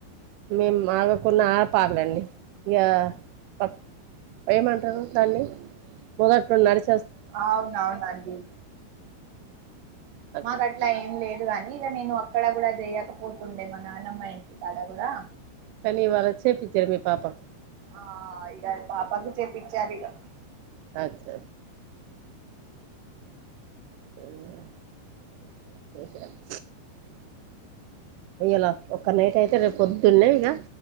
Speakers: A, on the right (about 85°); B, on the right (about 55°).
A: మేం ఆగ కున్న ఆ పాగలండి ఇగ ప ఏమంటరు దాన్ని మొగట్ నుండి నడిస్
B: అవునవునండి
A: అట్లా
B: మాకట్లా ఏం లేదు ఇవన్నీ ఇగ నేను అక్కడ కూడా చేయకపోతుండే మా నానమ్మ ఇంటి కాడ గుడా
A: కనీ వాల్ల చేపిచడమే పాపం
B: ఆ ఇగ ఆల్ పాపకి చెప్పిచారిగా
A: అచ్చ ఇంగ అదేనా విశేషాలు ఇయాల ఒక్క నైట్ అయితే రేపు పొద్దున్నే ఇక